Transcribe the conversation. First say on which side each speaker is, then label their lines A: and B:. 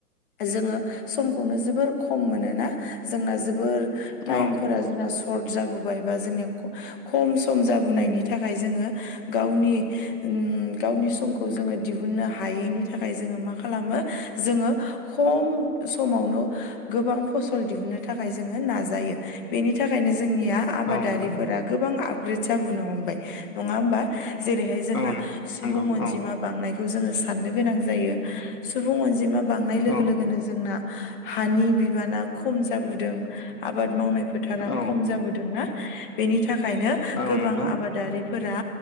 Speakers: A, on the left; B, on the left.
A: जोंङो समखौनो जोबोर खम मोनोना जोंना जोबोर टाइमफोरा
B: औ
A: जोंना सर्ट जाबोबाय बा जोंनिया खम सम जाबोनायनि थाखाय जोंङो गावनि गावनि समखौ जोंङो दिहुननो हायो हायैनि थाखाय जोंङो मा खालामो जोंङो ख समावनो गोबां फसल दिहुननो थाखाय जोंङो नाजायो बेनि थाखायनो जोंनिया आबादारिफोरा
B: औ नंगौ
A: गोबां आपग्रेद जाबोनो हमबाय नंङा होमबा जेरैहाय जोंना
B: औ
A: सुबुं
B: नंगौ
A: अनजिमा
B: औ
A: बांनायखौ जोंङो साननो गोनां जायो सुबुं अनजिमा बांनाय लोगो
B: औ
A: लोगोनो जोंना हानि बिबाना खम जाबोदों। आबाद मावनाय फोथारा
B: औ
A: खम जाबोदोंना बेनि थाखायनो
B: औ
A: गोबां
B: नंगौ
A: आबाद दारिफोरा